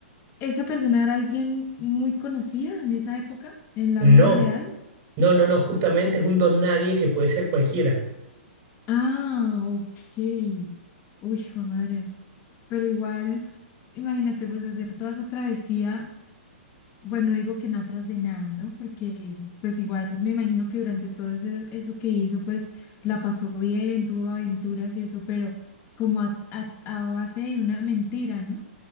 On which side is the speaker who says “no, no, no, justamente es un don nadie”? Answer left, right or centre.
Right